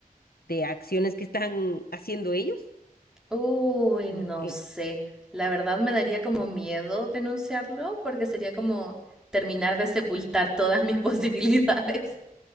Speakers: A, on the left; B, in the centre.
A: de acciones que están haciendo ellos?
B: Uy,
A: Como,
B: no
A: eh,
B: sé. La verdad me daría como miedo denunciarlo porque sería como terminar de sepultar todas mis <laughs> posibilidades.